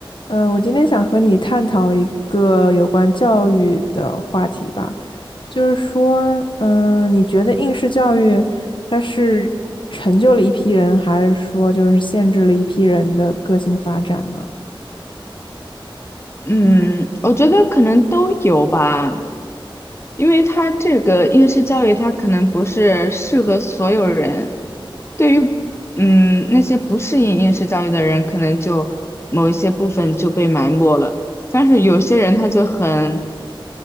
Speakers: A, on the left; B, on the left.
A: 嗯，我今天想和你探讨一个有关教育的话题吧，就是说，嗯，你觉得应试教育它是成就了一批人，还是说就是限制了一批人的个性发展呢？
B: 嗯，我觉得可能都有吧，因为它这个应试教育，它可能不是适合所有人。对于嗯那些不适应应试教育的人，可能就某一些部分就被埋没了。但是有些人他就很，